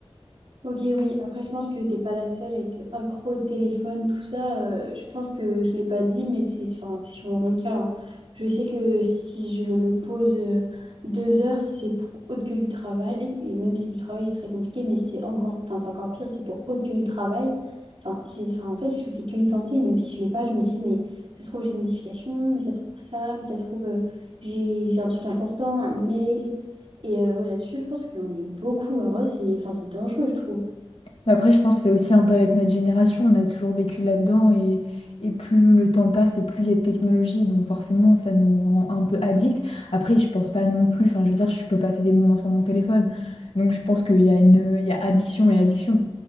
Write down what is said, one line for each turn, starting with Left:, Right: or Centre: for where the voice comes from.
Right: Ok, oui. Après, je pense que t'es pas la seule à être accro au téléphone, tout ça. euh, je pense que je l'ai pas dit, mais c'est enfin, c'est sûrement mon cas. hein. Je sais que si je le pose euh, deux heures, si c'est pour autre que du travail, et même si du travail c'est très compliqué, mais c'est encore, enfin, c'est encore pire, c'est pour autre que du travail. Enfin, j'ai, enfin, en fait, je fais que y penser, même si je l'ai pas, je me dis, mais ça se trouve, j'ai une notification, mais ça se trouve ça, mais ça se trouve, euh, j'ai j'ai un truc important, un mail. Et euh, ouais, là-dessus, je pense qu'on est beaucoup. hein. En vrai, c'est enfin, c'est dangereux, je trouve.
Left: Mais après je pense que c'est aussi un peu avec notre génération, on a toujours vécu là-dedans et, et plus le temps passe et plus il y a de technologie donc forcément ça nous rend un peu addict. Après je pense pas non plus, enfin je veux dire je peux passer des moments sans mon téléphone donc je pense qu'il y a une, il y a addiction et addiction.